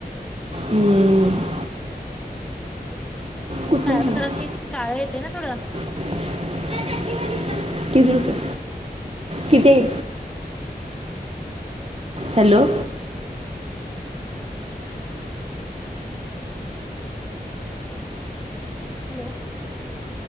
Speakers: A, on the right; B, in the centre.
A: हम्म कुठनं
B: <unintelligible>
A: आल्या
B: काळं येते ना थोडं.
A: <unintelligible> किती रुपये, किती हाय? हॅलो!
B: हॅलो!